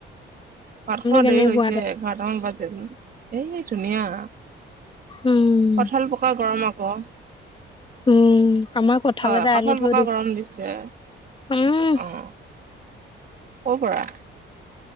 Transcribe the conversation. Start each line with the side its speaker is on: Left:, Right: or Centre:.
Right: ভাত খোৱাৰ
Left: কেনেকুৱা
Right: দেৰি হৈছে এঘাৰটামান বাজে। এই ধুনীয়া
Left: উম
Right: কঠাল পকা গৰম আকৌ।
Left: উম আমাৰ কঁঠাল
Right: হয়,
Left: এটা
Right: কঠাল
Left: আনি থৈ
Right: পকা গৰম দিছে
Left: উম,
Right: অঁ',। ক'ৰ পৰা?